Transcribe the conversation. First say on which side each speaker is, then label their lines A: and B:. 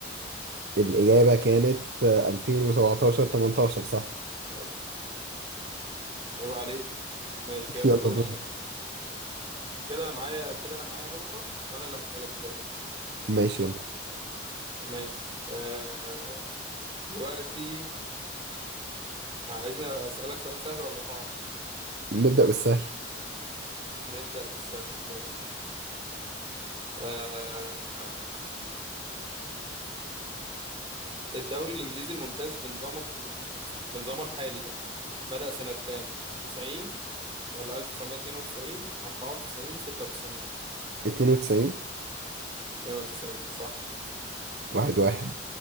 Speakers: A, on the right; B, on the right.
A: الإجابة كانت آه، 2017 18 صح
B: طيب، عيب عليك ماشي
A: <laughs>
B: يلا
A: يلا
B: دوري
A: دور
B: انا كده انا معايا كده انا معايا نقطة وانا اللي هسألك دلوقتي
A: ماشي يلا
B: ماشي آه دلوقتي عايزني اسألك سؤال سهل ولا صعب
A: نبدأ بالسهل
B: نبدأ بالسهل ماشي آه الدوري الانجليزي الممتاز بنظامه الجديد بنظامه الحالي يعني بدأ سنة كام 90 ولا 1992 94 96
A: 92
B: 92 صح
A: واحد واحد